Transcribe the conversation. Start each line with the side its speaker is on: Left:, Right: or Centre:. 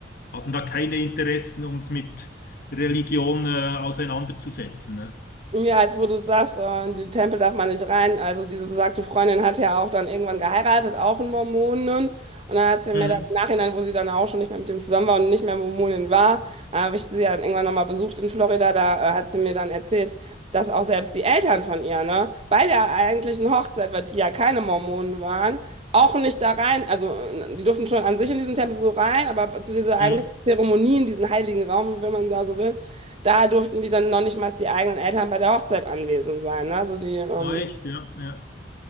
Left: hatten da keine Interessen, uns mit Religion äh, auseinanderzusetzen. Ne?
Right: Ja, jetzt wo du sagst, äh, in die Tempel darf man nicht rein. Also diese besagte Freundin hat ja auch dann irgendwann geheiratet, auch einen Mormonen. Und dann hat sie mir
Left: Mhm.
Right: dann im Nachhinein, wo sie dann auch schon nicht mehr mit dem zusammen war und nicht mehr Mormonin war, äh, habe ich sie ja dann irgendwann nochmal besucht in Florida. Da äh, hat sie mir dann erzählt, dass auch selbst die Eltern von ihr, ne, bei der eigentlichen Hochzeit, weil die ja keine Mormonen waren, auch nicht da rein, also äh, die durften schon an sich in diesen Tempel so rein, aber zu dieser eigentlichen
Left: Mhm.
Right: Zeremonie, in diesen heiligen Raum, wenn man da so will, da durften die dann noch nicht mal die eigenen Eltern bei der Hochzeit anwesend sein. Ne? Also die ähm,
Left: Ja, echt, ja, ja.